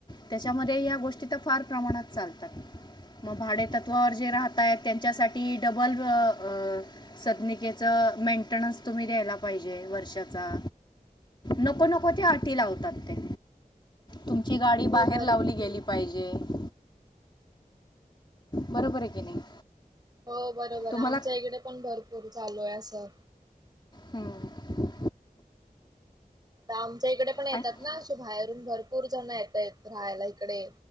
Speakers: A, on the left (about 30°); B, on the right (about 25°).
A: त्याच्यामध्ये या गोष्टी फार प्रमाणात चालतात मग भाडेेतत्वावर जे राहताय त्यांच्यासाठी डबल अ सदनिकेच मेंटेनन्स तुम्ही द्यायला पाहिजे वर्षाचा नको नको ते आटी लावतात ते तुमची गाडी
B: हो
A: बाहेर
B: भरपूर
A: लावली गेली पाहिजे जे बरोबर आहे की नाही
B: हो बरोबर
A: तुम्हाला
B: आमच्या इकडे पण भरपूर चालू आहे असं
A: हम्म
B: आमच्या इकडे पण येतात
A: आणि-
B: ना अ बाहेरून भरपूर जण येत आहेत राहायला इकडे